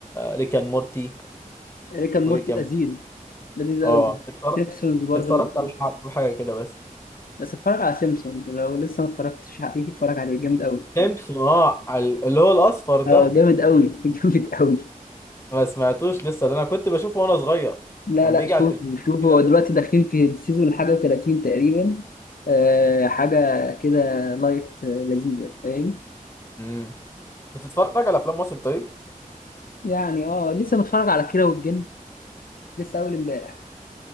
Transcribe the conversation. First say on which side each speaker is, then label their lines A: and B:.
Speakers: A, on the left (about 20°); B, on the left (about 85°).
A: ريك اند مورتي
B: ريكا مورتي
A: وايه كمان
B: لذيذ لذيذ
A: اه
B: قوي
A: اتفرجت
B: سيمبسونز برضه
A: اتفرجت
B: لذيذ
A: على ح- حاجه كده بس
B: بس اتفرج على سيمبسونز لو لسه ما اتفرجتش عليه اتفرج عليه جامد قوي
A: سيمبسون اه ال- اللي هو الاصفر ده
B: اه جامد قوي <laughs> جامد قوي
A: ما سمعتوش لسه ده انا كنت بشوفه وانا صغير
B: لا
A: كان
B: لا
A: بيجي
B: شوف
A: على التلفزيون
B: شوف
A: كده
B: هو دلوقتي داخلين في السيزون حاجة و30 تقريبا أه حاجة كده لايت آه، لذيذة فاهم
A: امم بتتفرج على افلام مصر طيب
B: يعني اه لسه متفرج على كيرة والجن لسه أول امبارح